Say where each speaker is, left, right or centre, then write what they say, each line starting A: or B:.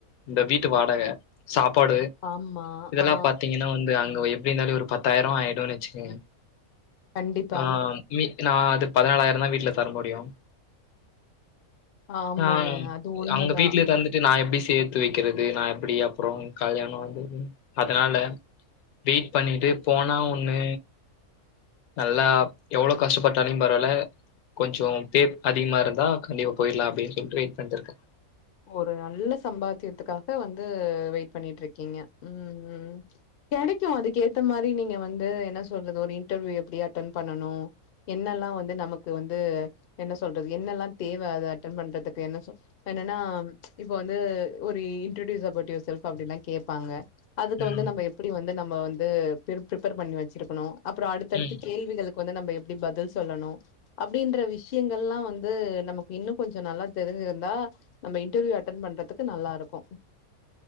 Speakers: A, on the left (about 80°); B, on the left (about 55°).
A: இந்த வீட்டு வாடக சாப்பாடு
B: ஆமா
A: இதெல்லா
B: ஆ
A: பாத்தீங்கன்னா வந்து அங்க எப்டி இருந்தாலு ஒரு பத்தாயிரோ ஆயிடுன் வச்சுக்கங்க
B: கண்டிப்பா
A: ஆ மி நா அது பதினாலாயிர தா வீட்ல தர முடியு
B: ஆமாங்க
A: ஆ
B: அது உண்மதான்
A: அங்க வீட்லயே தந்து வந்து நா எப்டி சேத்து வைக்கிறது நா எப்டி அப்புறம் கல்யாணம் வந்த அதனால வெயிட் பண்ணிட்டு போனா ஒன்னு நல்லா எவ்ளோ கஷ்டப்பட்டாலும் பரவால்ல கொஞ்சம் பேப் அதிகமா இருந்தா கண்டிப்ப போயிடலாம் அப்படின்னு சொல்லிட்டு வெயிட் பண்ணிட்ருக்கேன்
B: ஒரு நல்ல சம்பாத்தியத்துக்காக வந்து வெயிட் பண்ணிட்டு இருக்கீங்க ம் ம் கெடைக்கும் அதுக்கேத்த மாரி நீங்க வந்து என்ன சொல்றது ஒரு இன்டர்வியூ எப்படி அட்டன் பண்ணனும் என்னல்லா வந்து நமக்கு வந்து என்ன சொல்றது என்னெல்லா தேவ அது அட்டென் பண்றதுக்கு என்ன சொ நா இப்ப வந்து ஒரு இன்டடூயூஸ் அப்போர்ட் யுவர் செல்ப் அப்டின்ல்லா கேப்பாங்க அதுக்கு வந்து
A: ம்
B: நம்ம எப்படி வந்து நம்ம வந்து பிரிப்பேர் பண்ணி வச்சிருக்கணும் அப்புறம் அடுத்தடுத்து
A: ம்
B: கேள்விகளுக் இப்ப வந்து நம்ப எப்படி பதில் சொல்லணும் அப்டின்ற விஷ்யங்கல்லா வந்து நமக்கு இன்னும் கொஞ்சம் நல்லா தெரிஞ்சிருந்தா நம்ம இன்டர்வியூ அட்டன் பண்றதுக்கு நல்லா இருக்கு